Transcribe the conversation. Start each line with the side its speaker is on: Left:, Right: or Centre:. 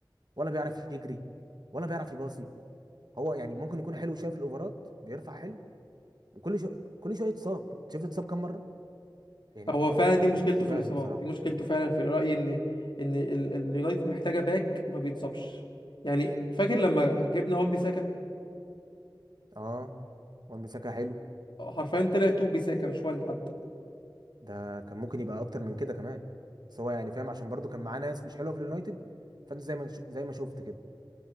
Right: ولا بيعرف يجري ولا بيعرف يباصي هو يعني ممكن يكون حلو شويه في الاوفرات بيرفع حلو وكل شويه كل شويه يتصاب شفت اتصاب كام مره يعني
Left: هو فعلا
Right: أنا
Left: دي مشكلته
Right: مش مش فاهم
Left: في الإصابات
Right: بصراحه
Left: دي مشكلته فعلا في رأيي إن إن ال- اليونايتد محتاجة باك ما بيتصابش يعني فاكر لما جبنا وان بيساكا
Right: اه وان بيساكا حلو
Left: حرفيا طلع تو بيساكا مش وان حتى
Right: ده كان ممكن يبقى اكتر من كده كمان بس هو يعني فاهم عشان برضو كان معاه ناس مش حلوه في اليونايتد فانت زي ما نش- زي ما شفت كده